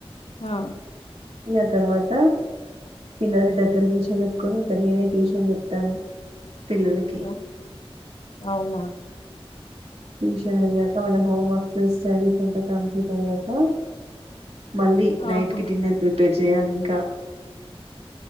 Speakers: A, on the left (about 75°); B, on the right (about 80°).
A: ఆ
B: ఇగ తర్వాత పిల్లల్ని దగ్గర కూర్చో పెట్టుకొని ఇంకా నేనే ట్యూషన్ చేప్తాను పిల్లలకి
A: ఆ, అవునా
B: ట్యూషన్ అయ్యాక వల్ల హోమ్ వర్క్స్ స్టడీస్ అంతా కంప్లీట్ అయ్యాక మళ్ళీ నైట్‌కి
A: ఆహా
B: డిన్నర్ ప్రిపేర్ చేయాలి ఇంకా